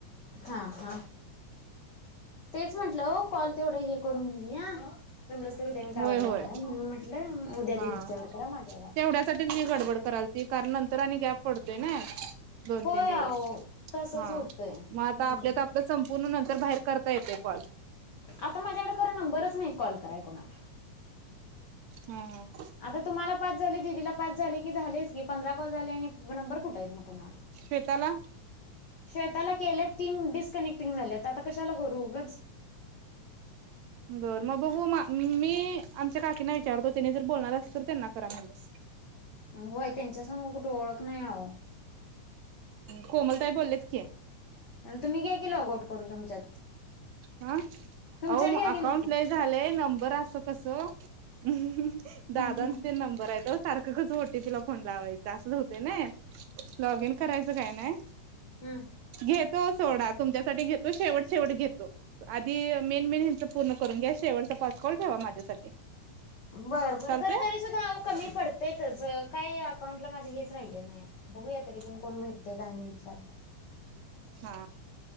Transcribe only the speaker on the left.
हा हा तेच म्हंटलं हो कॉल तेवढं हे करून घेऊया जमलंच तर उद्या मी
गावाला जाणार
आहे म्हणून म्हटलं म उद्या
दिदीच्या वर करा माझ्यावर आज
होय
आहो तसच
होतंय हम्म.
आता माझ्याकडे खरं नंबरच नाही कॉल कराय कोणाला
आता तुम्हाला पाच झाले दिदीला पाच झाले की झालेच की पंधरा कॉल झाले आणि नंबर कुठायेत मग कोणाला
श्वेताला केल्यात तीन डिस्कनेक्टिंग झाल्यात आता कशाला करू उगच
होय त्यांच्या संग कुठे ओळख नाही अहो
तुम्ही काय केलं लोग आउट करून तुमच्यात
तुमच्यात
घ्या की
मग ते
हम्म.
हम्म
बर बर
खर तरी सुद्धा ना कमी पडतेतच काही अकाउंटला माझ हेच राहिले नाही बघूया तरी पण कोण भेटते काय नाही विचारत